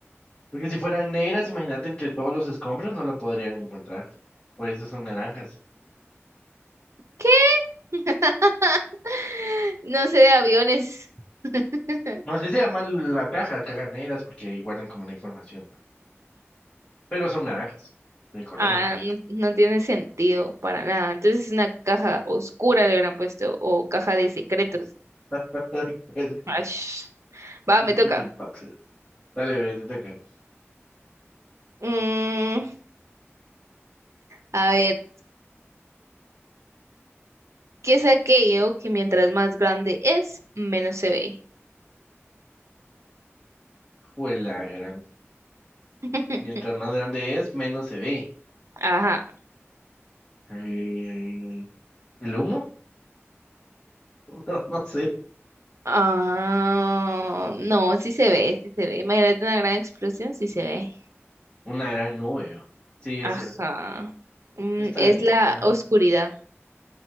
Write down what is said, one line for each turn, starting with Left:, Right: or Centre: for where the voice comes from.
Left: Porque si fueran negras, imagínate entre todos los escombros no lo podrían encontrar. Por eso son naranjas.
Right: ¿Qué? <laughs> No sé de aviones. <laughs>
Left: No sé si se llama la caja, cajas negras, porque ahí guardan como la información. Pero son naranjas. El color
Right: Ah,
Left: es naranja.
Right: no, no tiene sentido para nada. Entonces es una caja oscura, le hubieran puesto, o caja de secretos.
Left: <laughs> The
Right: Ash. Va, me toca.
Left: Secret boxes. Dale, ve, te toca.
Right: Mm, a ver, ¿qué es aquello que mientras más grande es, menos se ve?
Left: Juela, gran.
Right: <laughs>
Left: Mientras más grande es, menos se ve.
Right: Ajá.
Left: Eh, ¿El humo? <laughs> No, no sé.
Right: Ah, no, sí se ve, sí se ve. Imagínate una gran explosión, sí se ve.
Left: Una gran nube. ¿no? Sí, es
Right: Ajá.
Left: cierto.
Right: Mm,
Left: Está
Right: es
Left: bien.
Right: la
Left: ¿Cuál?
Right: oscuridad.